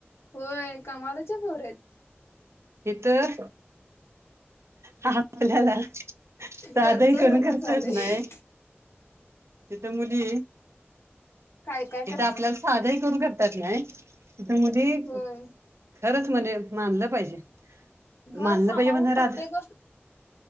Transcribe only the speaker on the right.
हितं हां आपल्यालां सांधही
कोणं
करतंच
नां तिथे मुली
तेथं
आपल्यांला सांधही करूंन करतां येतं नाहीं हितं मुली
खरंच म्हणे मानलं पाहिजे
मानलं
पाहिजे म्हण राध